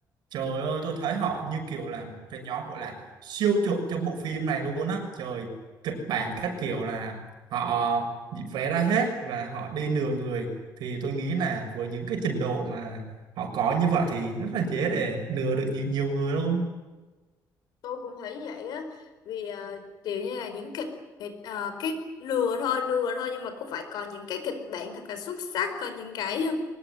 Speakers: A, on the right (about 80°); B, on the left (about 70°).
A: trời ơi tôi thấy họ như kiểu là cái nhóm gọi là siêu trộm trong bộ phim này luôn á trời kịch bản các kiểu là họ vẽ ra hết và họ đi lừa người thì tôi nghĩ là với những cái trình độ mà họ có như vậy thì rất là dễ để lừa được nhiều, nhiều người luôn
B: tôi cũng thấy vậy á vì ờ, kiểu như là những kịch kịch ờ, cái lừa thôi lừa thôi nhưng mà cũng phải có những cái kịch bản thật là xuất sắc có những cái ờ,